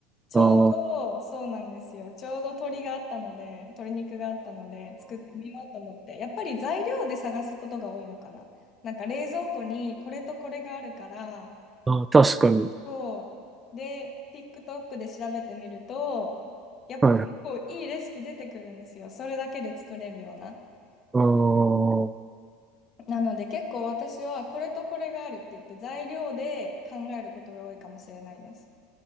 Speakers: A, on the left; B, on the right.
A: ちょうど、
B: あー
A: そうなんですよ。ちょうど鶏があったので、鶏肉があったので、作ってみようと思って、やっぱり材料で探すことが多いのかな。なんか冷蔵庫にこれとこれがあるから、
B: あー、確かに。
A: そう。で、TikTok で調べてみると、やっぱ結構いいレシピ出てくるんですよ。
B: はい。
A: それだけで作れるような。
B: あー
A: なので結構私はこれとこれがあるって言って材料で考えることが多いかもしれないです。